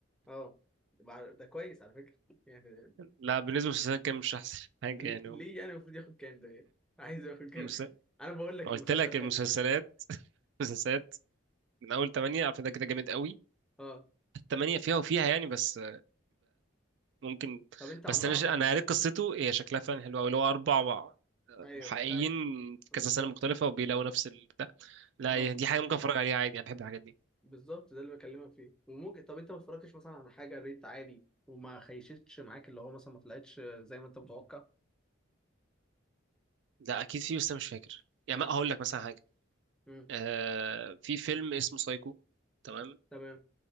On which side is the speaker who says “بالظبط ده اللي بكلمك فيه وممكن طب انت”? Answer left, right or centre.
Centre